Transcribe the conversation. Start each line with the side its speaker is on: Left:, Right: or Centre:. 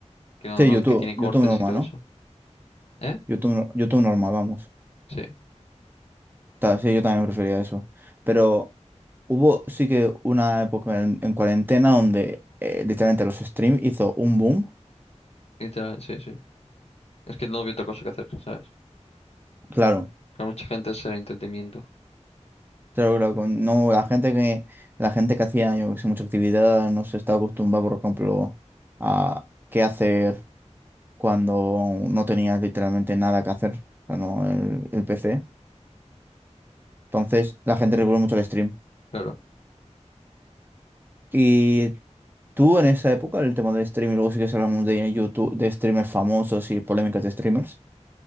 Left: que no,
Right: Sí,
Left: no-
Right: YouTube,
Left: que tiene
Right: YouTube
Left: cortes
Right: normal,
Left: y todo
Right: ¿no?
Left: eso. ¿Eh?
Right: YouTube, no- YouTube normal, vamos.
Left: Sí,
Right: Ta- Sí, yo también prefería eso. Pero hubo sí que una época en, en cuarentena donde eh, literalmente los streams hizo un boom.
Left: literal, sí, sí. Es que no había otra cosa que hacer, ¿sabes?
Right: Claro,
Left: Que a mucha gente será entretenimiento,
Right: claro, claro. con- no, la gente que, la gente que hacía, yo que sé, mucha actividad no se estaba acostumbrada, por ejemplo, a qué hacer cuando no tenías literalmente nada que hacer. O sea, no, el, el PC. Entonces, la gente recurrió mucho al stream.
Left: claro.
Right: Y tú en esa época, el tema del stream, y luego sí que se hablamos de YouTube, de streamers famosos y polémicas de streamers.